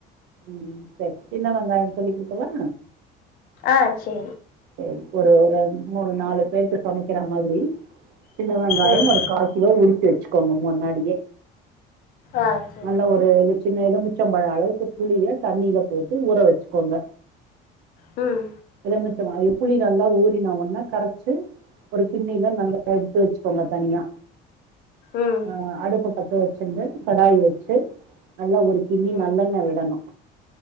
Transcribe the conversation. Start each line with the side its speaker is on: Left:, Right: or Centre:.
Right: ம் சரி சின்ன வெங்காயம் சொல்லி் குடுக்கவா
Left: அ செரி
Right: சரி ஒரு ஒரு மூணு நாலு பேருக்கு சமைக்கற மாரி சின்ன வெங்காயம்
Left: ம்
Right: ஒரு கா கிலோ உருச்சி வச்சுக்கோங்க முன்னாடியே
Left: ஆ சேரி
Right: நல்ல ஒரு சின்ன எலுமிச்சம்பழம் அளவுக்கு புளிய தண்ணில போட்டு ஊற வச்சுக்கோங்க
Left: ம்
Right: எலமிச்சம்பழ அ புளி நல்லா ஊறினா ஒன்ன கரச்சு ஒரு கிண்ணில நல்லா எடுத்து வச்சுக்கோங்க தனியா
Left: ம்
Right: ஆ அடுப்ப பத்த வச் சுண்டு கடாய வச்சு நல்லா ஒரு கிண்ணி
Left: ம் ம்
Right: நல்லெண்ண விடணு